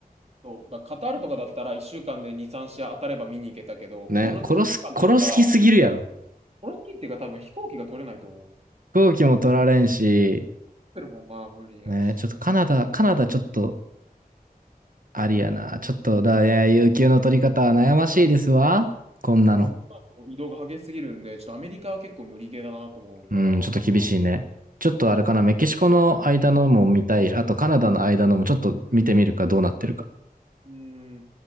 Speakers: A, on the right (about 40°); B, on the right (about 60°).
A: そう。だからカタールとかだったら1週間で2、3試合当たれば見に行けたけど、
B: ね、
A: この期間だったら、
B: 殺す、殺す気すぎるやろ。
A: この期っていうか多分飛行機が取れないと思う。
B: 飛行機も取られんし、
A: それもまあ無理やし。
B: ね、ちょっとカナダ、カナダちょっと、ありやな。ちょっと、だ、いや、有給の取り方は悩ましいですわ。こんなの。
A: こっからの移動が激しすぎるんで、ちょっとアメリカは結構無理系だなと思うから、
B: うん、ちょっと厳しいね。
A: まあカナダもね
B: ちょっとあれかな、メキシコの間のも見たいし、あとカナダの間のもちょっと見てみるか、どうなってるか。
A: うん